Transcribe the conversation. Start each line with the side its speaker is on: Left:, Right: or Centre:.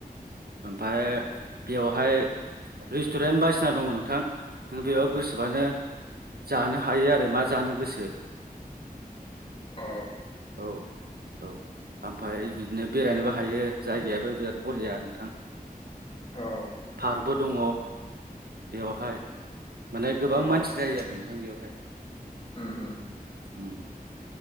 Right: ओमफाय बेवहाय रेस्टुरेन्ट बायदिसिना दंङ नोंथां नों बेयाव गोसोबानो जानो हायो आरो मा जानो गोसो
Left: अ
Right: औ औ ओमफ्राय बिदिनो बेरायनोबो हायो जायगायाबो बिराद बरिया नों
Left: औ
Right: पार्कबो दङ बेयावहाय माने गोबां
Left: अ
Right: मानसि जायो आरो नोंथां बेवहाय।
Left: होम होम
Right: औ